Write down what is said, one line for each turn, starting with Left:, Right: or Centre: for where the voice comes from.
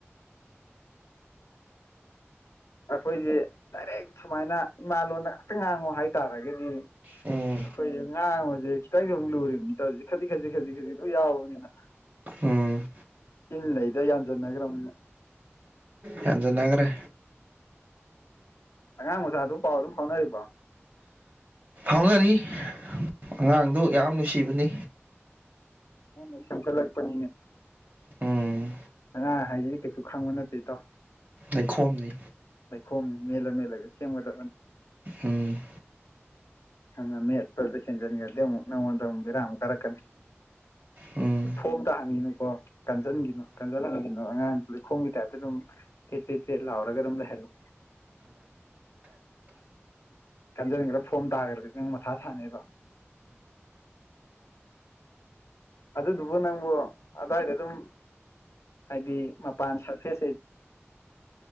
Left: ꯑꯩꯈꯣꯏꯁꯦ ꯗꯥꯏꯔꯦꯛ ꯁꯨꯃꯥꯏꯅ ꯏꯃꯥꯂꯣꯟꯗ ꯈꯛꯇ ꯉꯥꯡꯉꯨ ꯍꯥꯏꯇꯥꯔꯒꯗꯤ
Right: ꯎꯝ
Left: ꯑꯩꯈꯣꯏꯁꯦ ꯉꯥꯡꯉꯕꯁꯦ ꯈꯤꯇꯪꯁꯨ ꯑꯃꯨꯛ ꯂꯨꯔꯤꯕꯅꯤ ꯇꯧꯔꯤꯁꯦ ꯈꯖꯤꯛ ꯈꯖꯤꯛ ꯈꯖꯤꯛ ꯈꯖꯤꯛ ꯂ ꯌꯥꯎꯕꯅꯤꯅ
Right: ꯎꯝ
Left: ꯏꯤꯟ ꯂꯩꯗ ꯌꯥꯟ ꯆꯟꯅꯈ꯭ꯔꯕꯅꯦ
Right: ꯌꯥꯟꯖꯅꯒ꯭ꯔꯦ
Left: ꯑꯉꯥꯡ ꯃꯆꯥꯗꯨ ꯄꯥꯎ ꯑꯗꯨꯝ ꯐꯥꯎꯅꯔꯤꯕ
Right: ꯐꯥꯎꯅꯔꯤ ꯑꯉꯥꯡꯗꯨ ꯌꯥꯝ ꯅꯨꯡꯁꯤꯕꯅꯤ
Left: ꯑ ꯆꯪꯀꯔ ꯂꯄꯅꯤꯅꯦ
Right: ꯎꯝ
Left: ꯑꯉꯥꯡ ꯍꯥꯏꯁꯤꯁꯦ ꯀꯩꯁꯨ ꯈꯪꯕ ꯅꯠꯇꯦ ꯇꯣ
Right: ꯂꯩꯈꯣꯝꯅꯤ
Left: ꯂꯩꯈꯣꯝꯅꯤ ꯃꯦꯜꯂ ꯃꯦꯜꯂꯒ ꯁꯦꯝꯒꯗꯕꯅꯤ
Right: ꯎꯝ
Left: ꯃꯃꯦ ꯄ꯭ꯔꯗꯁꯟ ꯆꯒꯗꯦ ꯅꯃꯣꯟꯗꯕꯤꯔꯥꯝ ꯀꯔꯛ ꯀꯅꯤ
Right: ꯎꯝ
Left: ꯐꯣꯝ ꯇꯥꯍꯟꯈꯤꯅꯨꯀꯣ ꯀꯟꯁꯤꯟꯈꯤꯅꯨ ꯀꯟꯖꯟꯍꯟꯈꯤꯅꯣ ꯑꯉꯥꯡꯗꯨ ꯂꯩꯈꯣꯝꯒꯤ ꯇꯥꯏꯞꯇ ꯑꯗꯨꯝ ꯀꯠꯇꯦꯠꯂꯥꯎꯔꯒꯔꯝꯗ ꯍꯦꯜꯣ ꯈꯟꯖꯅꯤꯡꯈ꯭ꯔꯥ ꯐꯣꯝ ꯇꯥꯈ꯭ꯔꯗꯤ ꯅꯪ ꯃꯊꯥ ꯁꯥꯟꯅꯩꯑꯕ ꯑꯗꯨꯗꯨꯕꯨ ꯅꯪꯕꯨꯣ ꯑꯥꯏꯗꯤ ꯑꯗꯨꯝ ꯍꯥꯏꯗꯤ ꯃꯄꯥꯟ ꯁꯔꯐꯦꯁ